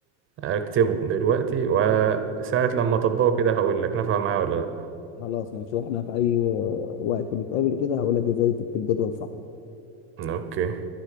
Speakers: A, on the right; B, on the left.
A: اكتبه دلوقتي وساعه لما اطبقه كده هقول لك نفع معايا ولا لا
B: خلاص ماشي واحنا في اي وقت نتقابل كده هقول لك ازاي تكتب جدول صح
A: اوكي